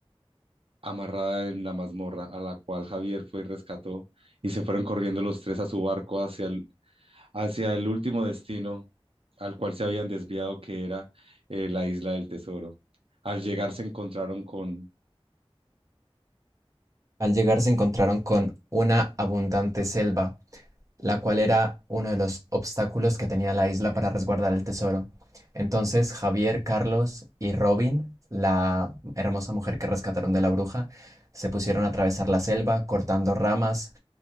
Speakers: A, on the right; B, on the right.
A: amarrada en la mazmorra, a la cual Javier fue y rescató, y se fueron corriendo los tres a su barco hacia el, hacia el último destino al cual se habían desviado, que era eh, la isla del tesoro. Al llegar se encontraron con...
B: Al llegar se encontraron con una abundante selva, la cual era uno de los obstáculos que tenía la isla para resguardar el tesoro. Entonces Javier, Carlos y Robin, la hermosa mujer que rescataron de la bruja, se pusieron a atravesar la selva, cortando ramas